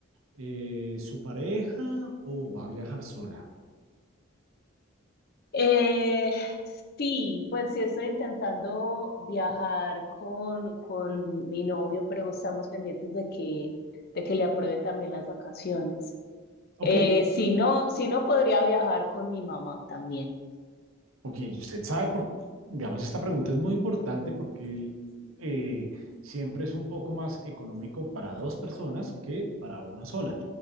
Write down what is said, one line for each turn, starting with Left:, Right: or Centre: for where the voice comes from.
Right: eh, su pareja o va a viajar sola?
Left: Eh, sí, pues sí estoy intentando viajar con, con mi novio, pero estamos pendientes de que, de que le aprueben también las vacaciones.
Right: Ok,
Left: Eh, si no, si no podría viajar con mi mamá también.
Right: Ok, y usted sabe, por, digamos, esta pregunta es muy importante porque eh, siempre es un poco más económico para dos personas que para una sola.